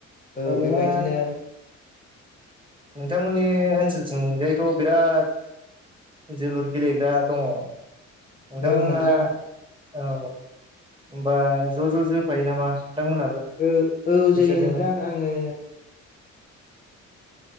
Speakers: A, on the left; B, on the right.
A: औ
B: ओरैनो
A: बेबायदिनो
B: नोंथांमोननि ओ ओनसोल थिंजायथ' बिराद जोलुर गेलेग्रा दङ। नोथां
A: औ
B: मोना
A: नोंथां
B: औ होम्बा ज' ज' जोफायो नामा? नोंथांमोनाबो
A: औ औ
B: बिसोरजोंनो
A: जे नोंथां आङो